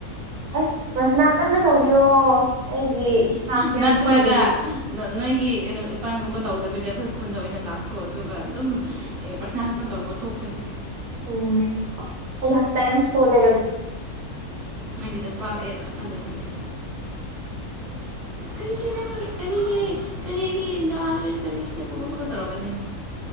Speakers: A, on the right (about 70°); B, on the right (about 40°).
A: ꯑꯁ ꯄ꯭ꯔꯥꯊꯅ ꯀꯟꯅ ꯇꯧꯕꯤꯌꯣ ꯑꯩꯒꯤ ꯏꯁꯥꯁꯦ
B: ꯅꯠꯇ꯭ꯔꯒ
A: ꯌꯥꯝ ꯁꯣꯟꯕꯒꯤ
B: ꯅꯣꯏꯒꯤ ꯀꯩꯅꯣ ꯏꯄꯥꯟꯒꯨꯝꯕ ꯇꯧꯗꯕꯤꯗ ꯑꯩꯈꯣꯏ ꯈꯨꯟꯗ ꯑꯣꯏꯅ ꯂꯥꯛꯈ꯭ꯔꯣ ꯑꯗꯨꯒ ꯑꯗꯨꯝ ꯑꯦ ꯄ꯭ꯔꯥꯊꯅ ꯈꯛꯇꯪ ꯇꯧꯔ ꯑꯣꯠꯇꯣꯛꯈ꯭ꯔꯁꯦ
A: ꯎꯝ ꯑꯩꯗꯤ ꯍꯛꯆꯥꯡ ꯌꯥꯝ ꯁꯣꯜꯂꯦꯒ
B: ꯅꯪꯒꯤ ꯅꯨꯄꯥꯒ ꯑꯩꯒ ꯈꯠꯅꯗꯣꯏꯅꯤꯅꯦ ꯀꯔꯤꯒꯤ ꯅꯪꯒꯤ ꯀꯔꯤꯒꯤ ꯀꯔꯤꯒꯤ ꯗꯃꯥꯅꯕꯤ ꯀꯔꯤꯒꯤꯁꯤꯗ ꯄꯨꯕ ꯈꯣꯠꯄ ꯇꯧꯔꯛꯀꯅꯤꯅꯦ